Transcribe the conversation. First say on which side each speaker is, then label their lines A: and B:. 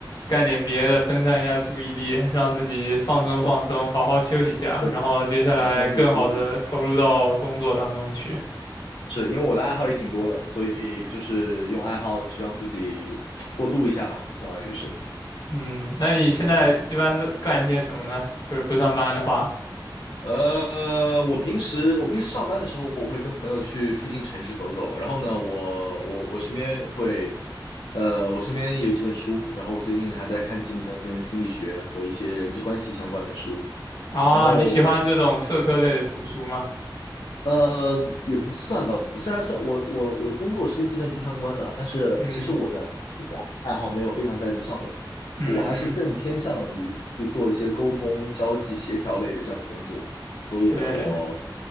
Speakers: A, on the left; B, on the left.
A: 干点别的，分散一下注意力，让自己放松放松，
B: 是
A: 好好休息一下，
B: 对的，
A: 然后接下来更好的投入到工作当中去。
B: 打算让自己休息。是因为我的爱好也挺多的，所以就是用爱好去让自己过渡一下吧，相当于是。
A: 嗯，那你现在一般都干些什么呢？就是不上班的话，
B: 呃，我平时我平时上班的时候，我会跟朋友去附近城市走走。然后呢，我我我身边会，呃，我身边有几本书，然后我最近还在看几本跟心理学和一些人际关系相关的书。
A: 啊，
B: 然后，
A: 你喜欢这种社科类的图书吗？
B: 呃，也不算吧，虽然算我我我的工作是跟计算机相关的，但是其实我的兴趣爱好没有非常在这上面，
A: 嗯嗯嗯，
B: 我还是更偏向于去做一些沟通、交际、协调类的这样的工作。所以呢，
A: 对。
B: 我